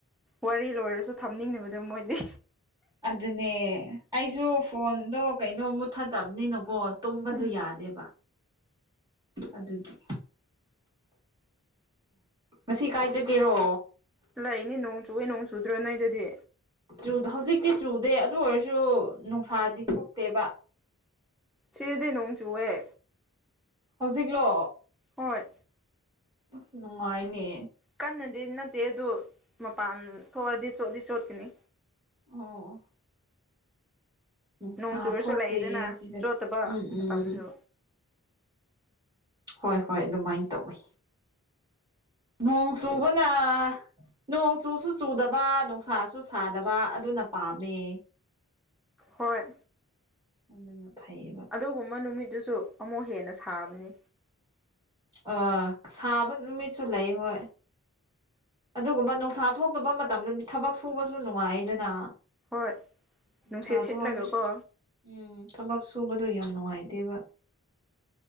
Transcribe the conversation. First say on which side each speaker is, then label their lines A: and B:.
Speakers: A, in the centre; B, on the right.
A: ꯋꯥꯔꯤ ꯂꯣꯏꯔꯁꯨ ꯊꯝꯅꯤꯡꯗꯕꯗꯣ ꯃꯣꯏꯗꯤ
B: ꯑꯗꯨꯅꯦ ꯑꯩꯁꯨ ꯐꯣꯟꯗꯣ ꯀꯩꯅꯣ ꯃꯨꯠꯊꯗꯕꯅꯤꯅꯀꯣ ꯇꯨꯝꯕꯗꯨ
A: ꯎꯝ
B: ꯌꯥꯗꯦꯕ ꯑꯗꯨꯒꯤ ꯉꯁꯤ ꯀꯥꯏ ꯆꯠꯀꯦꯔꯣ
A: ꯍꯜꯂꯛꯏꯅꯦ ꯅꯣꯡ ꯆꯨꯕꯒꯤ ꯅꯣꯡ ꯆꯨꯗ꯭ꯔꯣ ꯅꯣꯏꯗꯗꯤ
B: ꯆꯨꯗ ꯍꯧꯖꯤꯛꯇꯤ ꯆꯨꯗꯦ ꯑꯗꯨ ꯑꯣꯏꯔꯁꯨ ꯅꯨꯡꯁꯥꯗꯤ ꯊꯣꯛꯇꯦꯕ
A: ꯁꯤꯗꯗꯤ ꯅꯣꯡ ꯆꯨꯑꯦ
B: ꯍꯧꯖꯤꯛꯂꯣ
A: ꯍꯣꯏ
B: ꯑꯁ ꯅꯨꯡꯉꯥꯏꯅꯦ
A: ꯀꯟꯅꯗꯤ ꯅꯠꯇꯦ ꯑꯗꯨ ꯃꯄꯥꯟ ꯊꯣꯛꯑꯗꯤ ꯆꯣꯠꯂꯤ ꯆꯣꯠꯀꯅꯤ
B: ꯑꯣ ꯅꯨꯡꯁꯥ
A: ꯅꯣꯡ ꯆꯨꯔꯁꯨ
B: ꯊꯣꯛꯇꯦ
A: ꯂꯩꯏꯗꯅ
B: ꯁꯤꯗꯗꯤ
A: ꯆꯣꯠꯇꯕ
B: ꯎꯝ
A: ꯃꯇꯝꯁꯨ
B: ꯎꯝ ꯍꯣꯏ ꯍꯣꯏ ꯑꯗꯨꯃꯥꯏꯅ ꯇꯧꯋꯤ ꯅꯣꯡ ꯆꯨꯕꯅ ꯅꯣꯡ ꯆꯨꯁꯨ ꯆꯨꯗꯕ ꯅꯨꯡꯁꯥꯁꯨ ꯁꯥꯗꯕ ꯑꯗꯨꯅ ꯄꯥꯝꯃꯦ
A: ꯍꯣꯏ
B: ꯑꯗꯨꯅ ꯐꯩꯌꯦꯕ
A: ꯑꯗꯨꯒꯨꯝꯕ ꯅꯨꯃꯤꯠꯇꯨꯁꯨ ꯑꯃꯨꯛ ꯍꯦꯟꯅ ꯁꯥꯕꯅꯤ
B: ꯑ ꯁꯥꯕ ꯅꯨꯃꯤꯠꯁꯨ ꯂꯩ ꯍꯣꯏ ꯑꯗꯨꯒꯨꯝꯕ ꯅꯨꯡꯁꯥ ꯊꯣꯛꯇꯕ ꯃꯇꯝꯗꯗꯤ ꯊꯕꯛ ꯁꯨꯕꯁꯨ ꯅꯨꯡꯉꯥꯏꯗꯅ
A: ꯍꯣꯏ
B: ꯅꯨꯡꯁꯥ
A: ꯅꯨꯡꯁꯠ ꯁꯤꯠꯂꯒꯀꯣ
B: ꯊꯣꯛꯑꯗꯤ ꯑꯁ ꯎꯝ ꯊꯕꯛ ꯁꯨꯕꯗꯣ ꯌꯥꯝ ꯅꯨꯡꯉꯥꯏꯇꯦꯕ